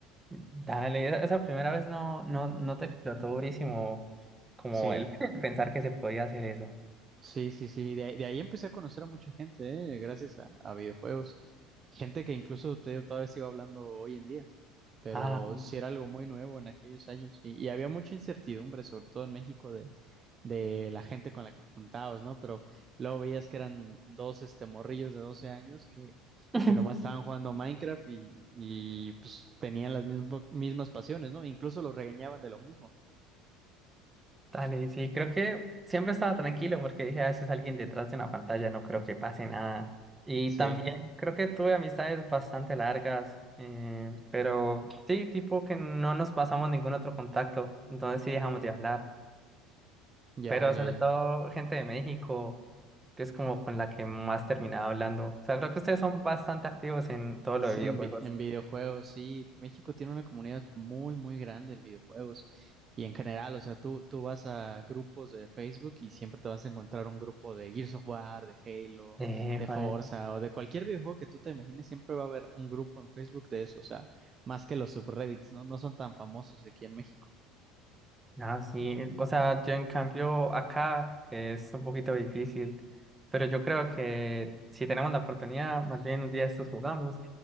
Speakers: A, on the right (about 20°); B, on the right (about 35°).
A: Dale, esa esa primera vez no, no, no te explotó durísimo como
B: Sí.
A: el <laughs> pensar que se podía hacer eso.
B: Sí, sí, sí. De, ahí de ahí empecé a conocer a mucha gente, eh, gracias a, a videojuegos. Gente que incluso te digo, todavía sigo hablando hoy en día. Pero
A: Ah,
B: sí era algo muy nuevo en aquellos años. Y, y había mucha incertidumbre, sobre todo en México, de, de la gente con la que te juntabas, ¿no? Pero luego veías que eran dos este, morrillos de 12 años que,
A: <laughs>
B: que nomás estaban jugando Minecraft y, y pues tenían las mismo- mismas pasiones, ¿no? Incluso los regañaban de lo mismo.
A: Dale, sí, creo que siempre estaba tranquilo porque dije, a veces alguien detrás de una pantalla no creo que pase nada. Y
B: Sí,
A: también creo que tuve amistades bastante largas, eh, pero sí, tipo que no nos pasamos ningún otro contacto, entonces sí dejamos de hablar.
B: ya,
A: Pero
B: ya,
A: sobre
B: ya.
A: todo gente de México, que es como con la que más terminaba hablando. O sea, creo que ustedes son bastante activos en todo lo
B: Sí,
A: de videojuegos.
B: en, vi- en videojuegos, sí. México tiene una comunidad muy, muy grande en videojuegos. Y en general, o sea, tú, tú vas a grupos de Facebook y siempre te vas a encontrar un grupo de Gears of War, de Halo,
A: Eh,
B: de
A: joder.
B: Forza o de cualquier videojuego que tú te imagines, siempre va a haber un grupo en Facebook de eso. O sea, más que los subreddits, ¿no? No son tan famosos aquí en México.
A: Ah, sí, eh, o sea, yo en cambio acá es un poquito difícil, pero yo creo que si tenemos la oportunidad, más bien un día de estos jugamos.